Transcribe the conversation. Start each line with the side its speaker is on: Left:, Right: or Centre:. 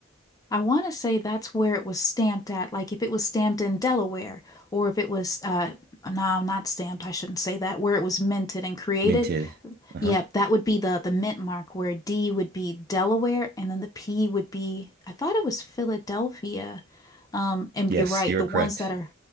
Left: I want to say that's where it was stamped at. Like if it was stamped in Delaware, or if it was, uh, no, not stamped, I shouldn't say that, where it was minted and created,
Right: Minted. Uh-huh.
Left: Yep, that would be the the mint mark where D would be Delaware and then the P would be I thought it was Philadelphia. Um, and
Right: Yes,
Left: you're right,
Right: you're
Left: the
Right: correct.
Left: ones that are